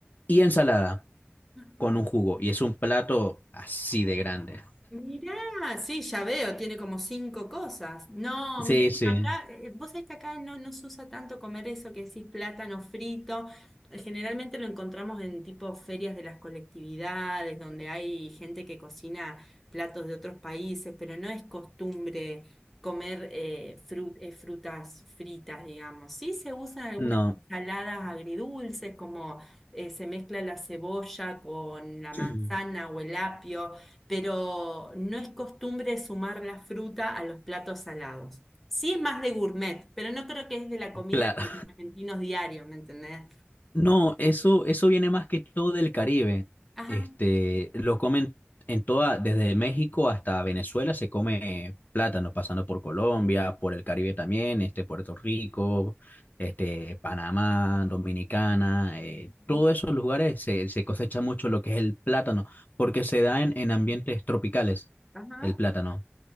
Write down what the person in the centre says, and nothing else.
ajá.
Mirá, sí, ya veo, tiene como cinco cosas. No,
mirá, bueno,
acá, eh, eh, vos sabés que acá no, no se usa tanto comer eso que decís plátano frito. Eh, Generalmente lo encontramos en tipo ferias de las colectividades, donde hay gente que cocina platos de otros países, pero no es costumbre comer eh, fru- eh, frutas fritas, digamos. Sí se usan algunas
ensaladas agridulces, como eh, se mezcla la cebolla con la
manzana o el apio pero no es costumbre sumar la fruta a los platos salados. Sí es más de gourmet, pero no creo que es de la comida
de los argentinos diarios, ¿me entendés?
Ajá.
ujú,
Ajá,